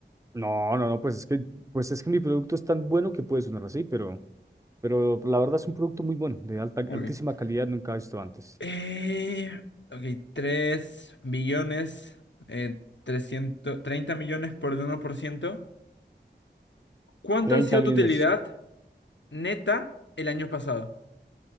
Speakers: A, on the right; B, on the left.
A: No, no, no, pues es que, pues es que mi producto es tan bueno que puede sonar así, pero, pero la verdad es un producto muy bueno, de alta,
B: Ok.
A: altísima calidad, nunca visto antes.
B: eh, ok, 3 billones, eh, 330 millones por el uno por ciento. ¿Cuánto
A: Treinta
B: ha sido
A: millones.
B: tu utilidad neta el año pasado?